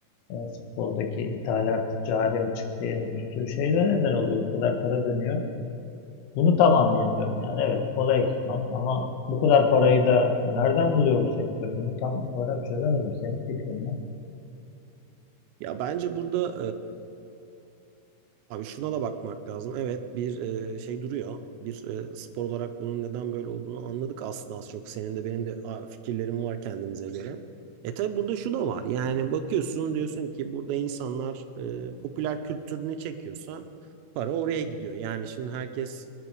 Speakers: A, on the left; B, on the right.
A: e, futboldaki ithalat, cari açık diyelim bir sürü şeyler neden oluyor bu kadar para dönüyor. Bunu tam anlayamıyorum yani evet kolay ekipman ama bu kadar parayı da nereden buluyor bu sektör bunu tam olarak çözemedim senin fikrin ne?
B: Ya bence burada Abi şuna da bakmak lazım. Evet bir e, şey duruyor. Bir e, spor olarak bunun neden böyle olduğunu anladık aslında az çok. Senin de benim de a, fikirlerim var kendimize göre. E tabi burada şu da var. Yani bakıyorsun diyorsun ki burada insanlar e, popüler kültür ne çekiyorsa para oraya gidiyor. Yani şimdi herkes